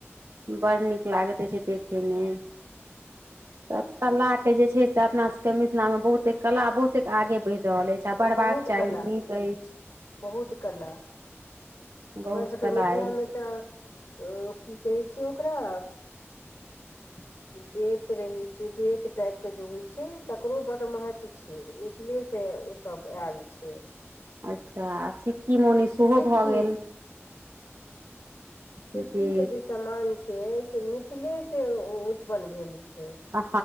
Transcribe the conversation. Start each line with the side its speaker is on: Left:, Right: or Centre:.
Right: बड़ नीक लागैत अछि देखेमे तऽ कला के जे छै से अपना सबके मिथ मिथिल मे बहुते कला बहुते आगे बढ़ि रहल अछि आ बढ़बाक
Left: बहुत
Right: चाही
Left: कला
Right: नीक अछि
Left: बहुत कला
Right: बहुत
Left: अपन सभके
Right: कला
Left: मिथिलामे
Right: अछि
Left: तऽ ओ की कहै छै ओकरा
Right: <inaudible>
Left: बेत रहे छै बेत टाइप के जे होइ छै तकरो बड महत्व छैय मिथिले से से ओ सब आयल छै
Right: अच्छा आ सिक्की मौनी सेहो
Left: सिक्की
Right: भऽ गेल
Left: सिक्कीके
Right: जी
Left: जे सामान छै से मिथिलेसँ उत्पन्न भेल छै
Right: हँ